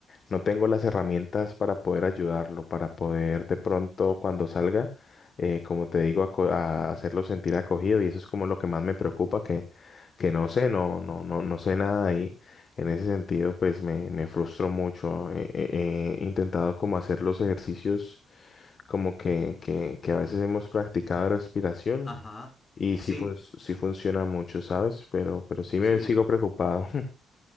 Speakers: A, on the left (about 45°); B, on the left (about 30°).
A: no tengo las herramientas para poder ayudarlo, para poder de pronto cuando salga, eh, como te digo, aco- a hacerlo sentir acogido y eso es como lo que más me preocupa, que, que no sé, no, no, no, no sé nada y en ese sentido pues me, me frustro mucho. Eh, eh, he intentado como hacer los ejercicios como que, que, que a veces hemos practicado de respiración
B: ajá,
A: y
B: sí,
A: sí, fun- sí funciona mucho, ¿sabes? Pero, pero sí
B: sí,
A: me sigo preocupado. <laughs>